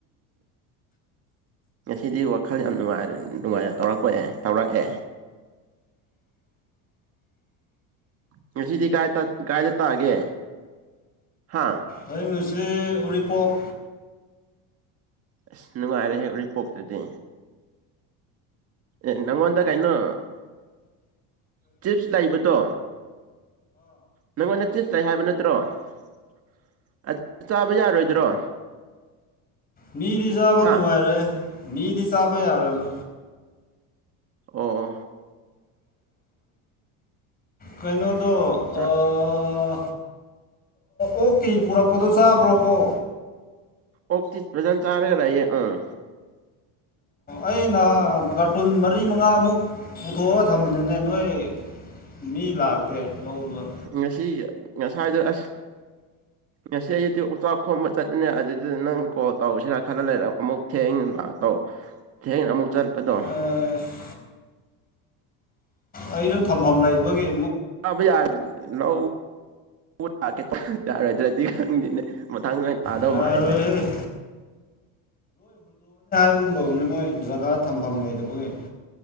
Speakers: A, on the right (about 40°); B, on the left (about 25°).
A: ꯉꯁꯤꯗꯤ ꯋꯥ ꯈꯔ ꯌꯥꯝ ꯅꯨꯡꯉꯥꯏ ꯅꯨꯡꯉꯥꯏꯔꯦ ꯇꯧꯔꯛꯄ ꯄꯛꯑꯦ ꯇꯧꯔꯛꯑꯦ ꯉꯁꯤꯗꯤ ꯀꯥꯏ ꯀꯥꯏꯗ ꯇꯥꯒꯦ ꯍꯥ
B: ꯑ <unintelligible> ꯔꯤ ꯎꯔꯤꯄꯣꯛ
A: ꯑꯁ ꯅꯨꯡꯉꯥꯏꯔꯦꯍꯦ ꯎꯔꯤꯄꯣꯛꯇꯗꯤ ꯑꯦ ꯅꯪꯉꯣꯟꯗ ꯀꯩꯅꯣ ꯆꯤꯞꯁ ꯂꯩꯕꯗꯣ ꯅꯪꯉ‌ꯣꯟꯗ ꯆꯤꯞꯁ ꯂꯩ ꯍꯥꯏꯕ ꯅ ꯀꯨꯇ꯭ꯔ <unintelligible> ꯑꯗꯨ ꯆꯥꯕ ꯌꯥꯔꯣꯏꯗ꯭ꯔꯣ
B: ꯃꯤꯗꯤ ꯆꯥꯕ
A: ꯍꯥ
B: ꯅꯨꯡꯉꯥꯏꯔ‌ꯣꯏ ꯃꯤꯗꯤ ꯆꯥꯕ ꯌꯥꯔ‌ꯣꯏꯕ
A: ꯑꯣ
B: ꯀꯩꯅꯣ ꯗꯣ
A: ꯆꯥ
B: ꯑꯥ ꯑꯣꯛꯀꯤ ꯄꯨꯔꯛꯄꯗꯣ ꯆꯥꯕ꯭ꯔꯣ ꯑꯣ
A: ꯑꯣꯛꯇꯤ ꯐꯖꯅ ꯆꯥꯔꯒ ꯂꯥꯛꯌꯦ ꯎꯝ
B: ꯑꯩꯅ ꯀꯥꯔꯇꯨꯟ ꯃꯔꯤ ꯃꯉꯥꯃꯨꯛ ꯄꯨꯊꯣꯛꯑꯒ ꯊꯝꯕꯅꯤꯅꯦ ꯅꯣꯏ ꯃꯤ ꯂꯥꯛꯇꯦ ꯂꯧꯕ
A: ꯉꯁꯤ ꯉꯁꯥꯏꯗ ꯑꯁ ꯉꯁꯤ ꯑꯩꯌꯨꯛꯗꯤ ꯑꯣꯛꯆꯥꯛ ꯈꯣꯝꯕ ꯆꯠꯄꯅꯦ ꯑꯗꯨꯗꯨꯗ ꯅꯪ ꯀꯣꯜ ꯇꯧꯁꯤꯔ ꯈꯔ ꯂꯩꯔ ꯑꯃꯨꯛ ꯊꯦꯡꯅ ꯂꯥꯛ ꯇꯧ ꯊꯦꯡꯅ ꯑꯃꯨꯛ ꯆꯠ ꯄꯗꯣ
B: ꯑꯁ ꯑꯩꯁꯨ ꯊꯝꯐꯝ ꯂꯩꯕꯒꯤ
A: ꯑꯕ ꯌꯥꯥ ꯅꯧ <unintelligible> ꯌꯥꯔꯣꯏꯗ꯭ꯔꯗꯤ ꯈꯪꯗ‌ꯦꯅꯦ ꯃꯇꯥꯡꯗ ꯑꯣꯏ ꯇꯥꯗꯧ
B: ꯌꯥꯔꯣꯏꯍꯦ
A: ꯃꯥꯜꯂꯤꯅ‌ꯦ
B: ꯑꯗꯨꯒꯨꯝ ꯇꯧꯕꯅꯤ ꯃꯣꯏ ꯖꯒꯥ ꯊꯝꯐꯝ ꯂꯩꯇꯕꯒꯤ